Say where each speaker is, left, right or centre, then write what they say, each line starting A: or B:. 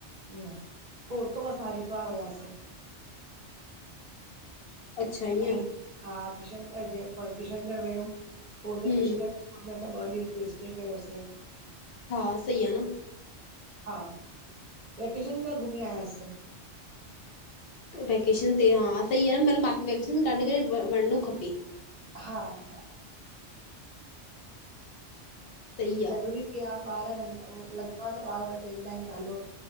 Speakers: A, on the right; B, on the left.
A: इअ पो हुतो खां असां हरिद्वार वयासे।
B: अच्छा ईअं
A: ऐं हा किशनग जे किशनगढ़ वियोऊ, पो हुते
B: हम्म
A: पुष्कर र में त ॿ ॾींहं उते स्टे कयोसे।
B: हा सही आ न।
A: हा वेकेशन में घुमी आयासे।
B: वैकेशन ते हा, सही आ न मलबु मा वैकेशन काॾे काॾे वञिणो खपे।
A: हा।
B: सही आहे
A: ज़रूरी बि आ ॿार नढा हो लॻंदो आ न ॿार वरी चईंदा आहिन हलो